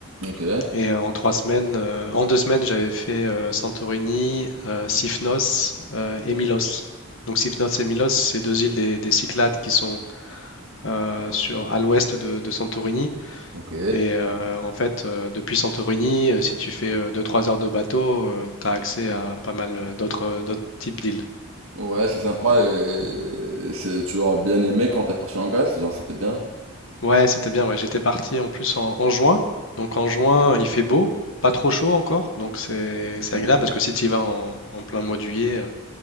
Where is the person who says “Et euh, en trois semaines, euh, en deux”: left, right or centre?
Left